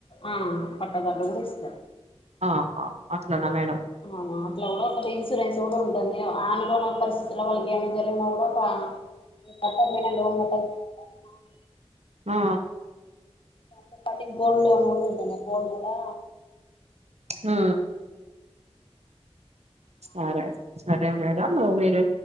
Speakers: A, on the left; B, on the right.
A: ఆ పట్టాదారులు కూడా ఇస్తారు
B: ఆహా అట్లనా మేడం
A: ఆహా అట్లా కూడా ఒక ఇన్సూరెన్స్ కూడా ఉంటది ఏమో ఆనుకూల పరిస్థితుల్లో వాళ్ళకి ఏమైనా జరిగినా కూడా వా కట్టకపోయినా లోన్ కట్టకపోయినా మాఫ్
B: ఆ
A: దానితో పాటిన్ గోల్డు లోన్ <unintelligible> గోల్డ్ కూడా
B: ఆ
A: అ
B: సరే సరే మేడం మీరు